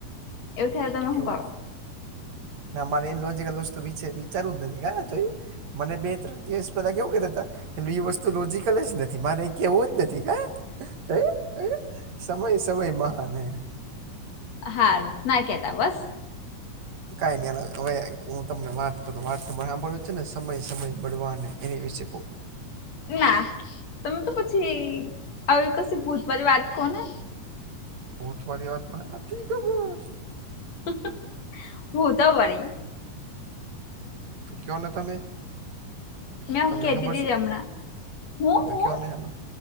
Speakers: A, on the left; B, on the right.
A: એવું થાય તો તમે હું
B: એવું
A: કરો?
B: ના મારે ઈન લોજિકલ વસ્તુ વિશે વિચારવુ જ નથી જોયું. મને બે ત્રણ દિવસ પહેલા કેવું કરતા હતા એ વસ્તુ લોજીકલ જ નથી મારે એ કેવું જ નથી કે હા. જોયુ જોયુ સમય સમય મહાન હે.
A: હારું ના કેતા બસ.
B: કઈ નહી અ હવે હું તમને વાત કરું વાત તો સાંભળ્યું છે ને સમય સમય બળવાન હે એની વિશે કવ.
A: ના તમે તો પછી આવી કશી ભૂત પર વાત કહો ને.
B: ભૂત વારી વાત મને નથી ખબર.
A: હ હ હોધો વડી
B: ક્યો ને તમે.
A: મેં
B: તમને
A: કેતી
B: ખબર
A: તી
B: છે?
A: જ હમણાં હું
B: આ તો
A: હું
B: કયો ને એમાં